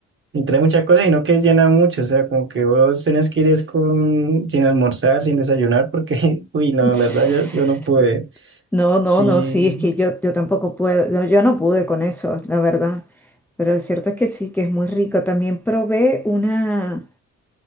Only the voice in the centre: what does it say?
<laughs>
No, no,
no, sí, es que yo, yo tampoco puedo, no, yo no pude con eso, la verdad. Pero lo cierto es que sí, que es muy rico. También probé una,